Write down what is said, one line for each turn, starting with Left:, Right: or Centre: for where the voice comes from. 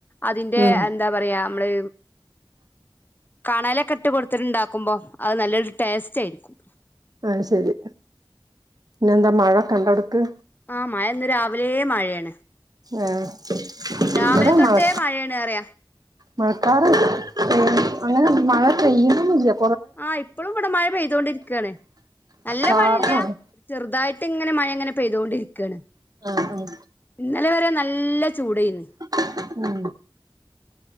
Left: അതിൻ്റെ
Right: ഉം
Left: അ ന്താ പറയാ മ്മ്ള് കണലെക്കെട്ട് കൊടുത്ത്ണ്ടാക്കുമ്പോ അഹ് നല്ലൊരു ട്ടെയ്സ്റ്റായിരിക്കും
Right: ആഹ് ശരി പിന്നെന്താ മഴ കണ്ട അവ്ട്ക്ക്
Left: ആഹ് മഴ ഇന്ന് രാവിലെ മഴയാണ്
Right: ഏഹ്
Left: രാവിലെ
Right: ഇവടെ
Left: തൊട്ടേ
Right: മഴ
Left: മഴയാണർയാ
Right: മഴക്കാറ് പെ അങ്ങനെ മഴ പെയ്യുണുല്യാ
Left: ആഹ് ഇപ്പളും വിട മഴ പെയ്തൊണ്ടിര്ക്കാണ് നല്ല
Right: ചാറ്ണാണ്
Left: മഴയില്ല്യ ചെറുതായിട്ട് ഇങ്ങനെ മഴ ഇങ്ങനെ പെയ്തുകൊണ്ടിരിക്കാണ്
Right: ആഹ് ആഹ്
Left: ഇന്നലെ വരെ നല്ല ചൂടേനി
Right: <inaudible>